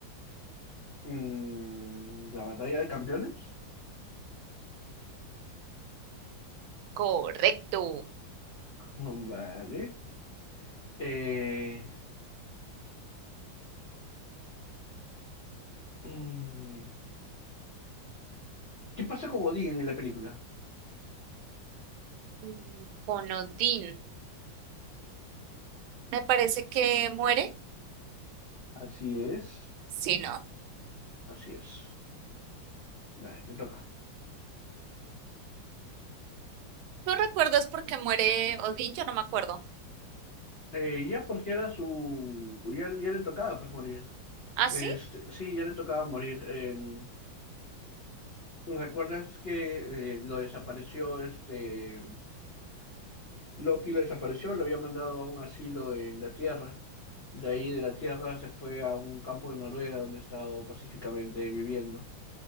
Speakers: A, on the left (about 40°); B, on the right (about 85°).
A: Mm, la batalla de campeones. <laughs>
B: Correcto.
A: Mm, Vale. Eh, mm, ¿qué pasa con Odín en la película?
B: Mm, Con Odín. Me parece que muere.
A: Así es,
B: Sí, ¿no?
A: así es. Dale, te toca.
B: ¿Tú recuerdas por qué muere Odín? Yo no me acuerdo.
A: Eh, ya porque era su... Ya, ya le tocaba pues morir.
B: ¿Ah,
A: Este,
B: sí?
A: sí, ya le tocaba morir. En- ¿Recuerdas que eh, lo desapareció este... Loki lo desapareció, lo había mandado a un asilo en la Tierra. De ahí de la Tierra se fue a un campo de Noruega donde ha estado pacíficamente viviendo.